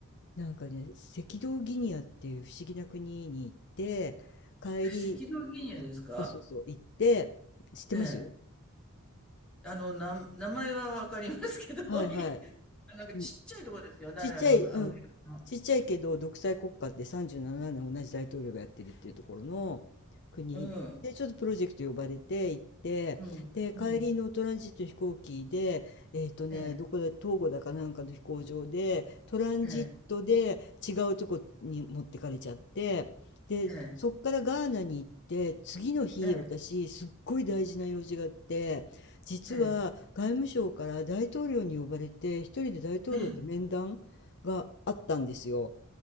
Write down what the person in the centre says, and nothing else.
赤道ギニアですか
ええ。あの、な名前は分かりますけど、
いなんかちっちゃいとこですよね、
あの、アフリカの。
うん。うん、うん。ええ、ええ、ええ、ええ、ええ、ええ、